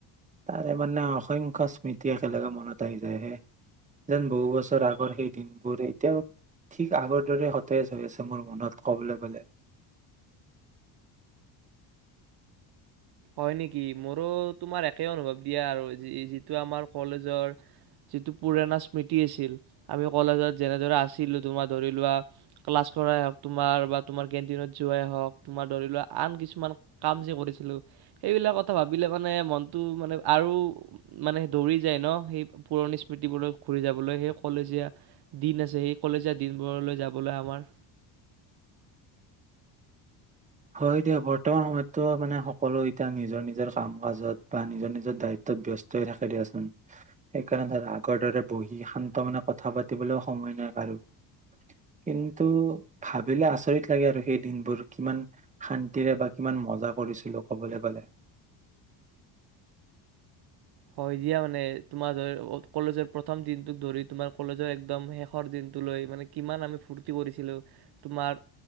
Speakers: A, on the right; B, on the right.
A: তাৰে মানে অসংখ্য স্মৃতি একেলগে মনত আহি যায় হে, যেন বহু বছৰ আগৰ সেই দিনবোৰ এতিয়া ঠিক আগৰ দৰে সতেজ হৈ আছে মোৰ মনত ক'বলে গ'লে
B: হয় নেকি মোৰো তোমাৰ একে অনুভৱ দিয়া আৰু যিটো আমাৰ কলেজৰ যিটো পুৰণা স্মৃতি আছিল আমি কলেজত যেনেদৰে আছিলো তোমাৰ ধৰি লোৱা ক্লাছ কৰাই হক তোমাৰ বা তোমাৰ কেটিনত যোৱাই হওঁক তোমাৰ ধৰি লোৱা আন কিছুমান কাম যে কৰিছিলোঁ সেইবিলাক কথা ভাবিলে মানে মনটো মানে আৰু মানে দৌৰি যায় ন সেই পুৰণি স্মৃতিবোৰ ঘূৰি যাবলৈ সেই কলেজীয়া দিন আছে সেই কলেজীয়া দিনবোৰলৈ যাবলৈ আমাৰ
A: হয় দিয়া বৰ্তমান সময়ততো মানে সকলো এতিয়া নিজৰ নিজৰ কাম কাজত বা নিজৰ নিজৰ দায়িত্ব তাত ব্যস্ত থাকে দিয়াচোন সেইকাৰণে ধ আগৰ দৰে বহি শান্ত মানে কথা পাতিবলৈও সময় নাই কাৰো কিন্তু ভাবিলে আচৰিত লাগে আৰু সেই দিনবোৰ কিমান শান্তিৰে বা কিমান মজা কৰিছিলো কবলৈ গলে
B: হয় দিয়া মানে তোমাৰ ধৰি কলেজৰ প্ৰথম দিনটোক ধৰি তোমাৰ কলেজৰ একদম শেষৰ দিনটোলৈ মানে কিমান আমি ফূৰ্তি কৰিছিলোঁ তোমাৰ